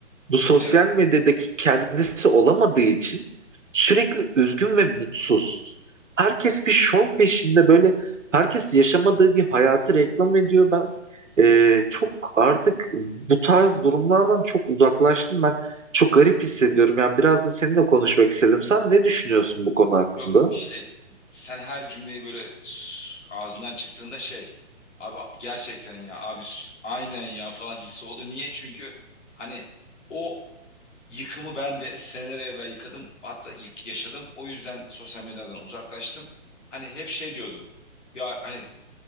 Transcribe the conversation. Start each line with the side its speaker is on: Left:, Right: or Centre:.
Right: bu sosyal
Left: Evet.
Right: medyadaki kendisi olamadığı için sürekli üzgün ve mutsuz. Herkes bir şov peşinde böyle herkes yaşamadığı bir hayatı reklam ediyor. Ben e, çok artık bu tarz durumlardan çok uzaklaştım. Ben çok garip hissediyorum. Yani biraz da seninle konuşmak istedim. Sen ne düşünüyorsun bu konu hakkında?
Left: Yok şey sen her cümleyi böyle s- ağzından çıktığında şey abi gerçekten ya abi s- aynen ya falan hissi oldu. Niye? Çünkü hani o yıkımı ben de seneler evvel yıkadım. Hatta yık- yaşadım. O yüzden sosyal medyadan uzaklaştım. Hani hep şey diyordum. Ya hani